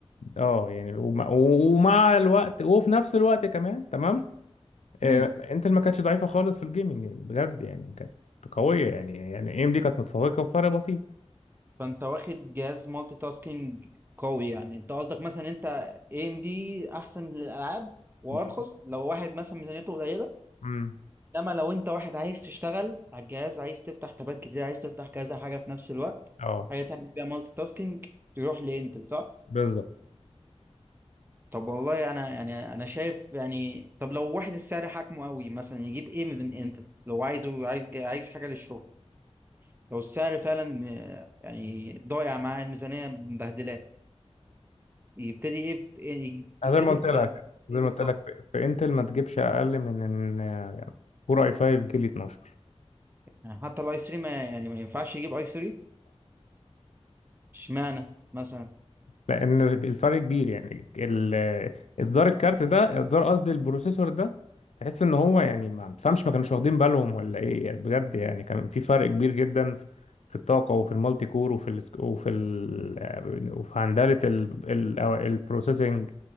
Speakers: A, on the left; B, on the right.
A: اه يعني ومع ومع الوقت وفي نفس الوقت كمان تمام آه،
B: امم
A: انتل ما كانتش ضعيفه خالص في الجيمنج يعني، بجد يعني كانت قويه يعني يعني اي ام دي كانت متفوقه بفرق بسيط
B: فانت واخد جهاز مالتي تاسكينج قوي يعني انت قصدك مثلا انت اي ام دي احسن للالعاب وارخص
A: بالظبط.
B: لو واحد مثلا ميزانيته قليله
A: امم
B: انما لو انت واحد عايز تشتغل على الجهاز عايز تفتح تابات كتير عايز تفتح كذا حاجه في نفس الوقت
A: اه
B: حاجه تعمل بيها مالتي تاسكينج تروح لانتل صح
A: بالظبط
B: طب والله انا يعني انا شايف يعني طب لو واحد السعر حاكمه قوي مثلا يجيب ايه من انتل لو عايزه عايز عايز حاجه للشغل لو السعر فعلا م- يعني ضايع معاه الميزانية مبهدلاه يبتدي ايه في إيه- يبتدي
A: زي ما قلت
B: ب
A: لك زي
B: ايه
A: ما
B: بالظبط
A: قلت لك في, في انتل ما تجيبش اقل من ان كور اي 5 جيل 12
B: يعني حتى الاي 3 ما يعني ما ينفعش يجيب اي 3 اشمعنى مثلا
A: لان الفرق كبير يعني ال- اصدار الكارت ده اصدار قصدي البروسيسور ده تحس ان هو يعني ما تفهمش ما كانوش واخدين بالهم ولا ايه يعني بجد يعني كان في فرق كبير جدا في في الطاقه وفي المالتي كور وفي ال وفي ال آه، وفي هندله ال- ال- أو البروسيسنج